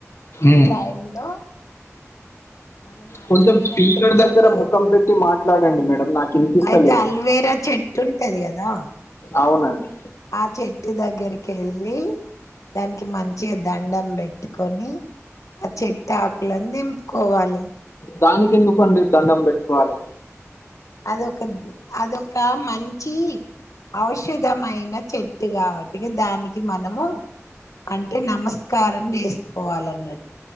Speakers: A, on the left; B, on the left.
A: ఆ
B: ఉమ్.
A: టైం లో మనం అల్వేరా
B: కొంచెం స్పీకర్
A: చెట్టు
B: దగ్గర
A: ఉంటాయిగద
B: ముఖం పెట్టి మాట్లాడండి మేడం నాకు వినిపిస్తలేదు
A: అయితే అల్వేరా చెట్టు ఉంటది కదా
B: అవునండి
A: ఆ చెట్టు దగ్గరికి ఎల్లీ దానికి మంచిగా దండం పెట్టుకొని ఆ చెట్టు ఆకులను దేపుకోవాలి దేంపుకోవాలి
B: దానికి ఎందుకుండి దండం పెట్టుకోవాలి
A: అదొక అదొక మంచి ఔషధమైన చెట్టు కాబట్టి దానికి మనము అంటే నమస్కారం చేసుకోవాలన్నట్టు